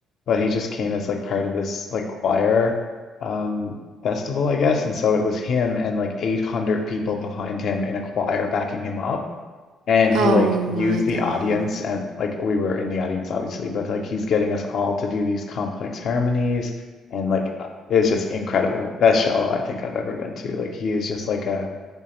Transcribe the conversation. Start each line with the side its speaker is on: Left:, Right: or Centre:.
Left: but he just came as like part of this like choir, um, festival, I guess. And so it was him and like 800 people behind him in a choir backing him up and
Right: Oh
Left: he like
Right: my
Left: used
Right: God,
Left: the audience and like we were in the audience obviously but like he's getting us all to do these complex harmonies and like uh, it's just incredible best show I think I've ever been to like he is just like a